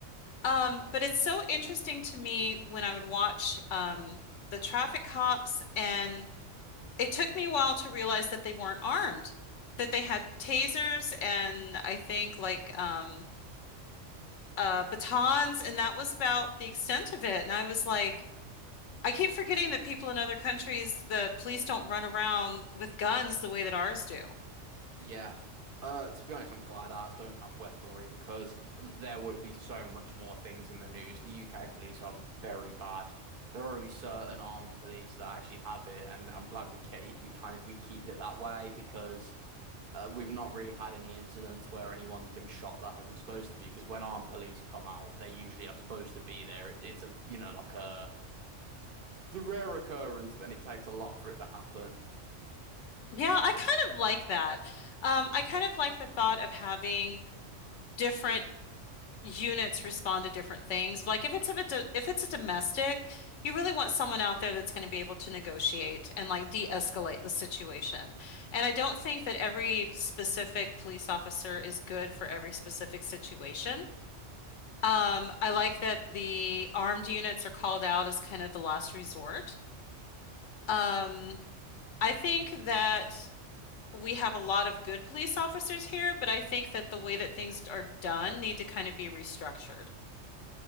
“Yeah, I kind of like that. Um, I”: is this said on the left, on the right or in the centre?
Left